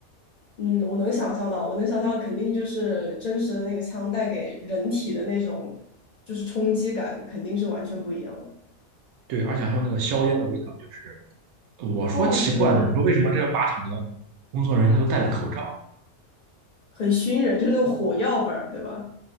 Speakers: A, on the left; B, on the right.
A: 嗯，我能想象到，我能想象，肯定就是真实的那个枪带给人体的那种就是冲击感，肯定是完全不一样的，
B: 对，而且还有那个硝烟的味道，就是我说奇怪呢，
A: 哦，对对对，
B: 你说为什么这靶场的工作人员他都戴着口罩？
A: 很熏人，就是那种火药味儿，对吧？